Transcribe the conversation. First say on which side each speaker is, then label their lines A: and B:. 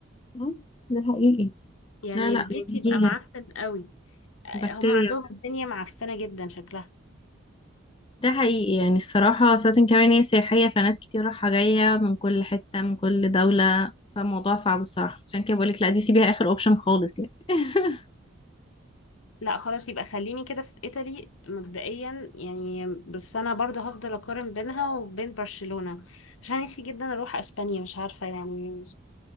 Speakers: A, on the left; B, on the left.
A: مم. ده حقيقي
B: يعني
A: لا لا
B: البيت
A: <laughs> بيجي
B: يبقى معفن قوي آه،
A: بكتيريا
B: هم عندهم الدنيا معفنة جدا شكلها
A: ده حقيقي يعني الصراحة سواء كمان هي سياحية فناس كتير رايحة جاية من كل حتة من كل دولة فالموضوع صعب الصراحة عشان كده بقولك لا دي سيبيها آخر أوبشن خالص يعني <laughs>
B: لا خلاص يبقى خليني كده في إيطالي مبدئيا يعني بس أنا برضه هفضل أقارن بينها وبين برشلونة عشان نفسي جدا أروح أسبانيا مش عارفة يعني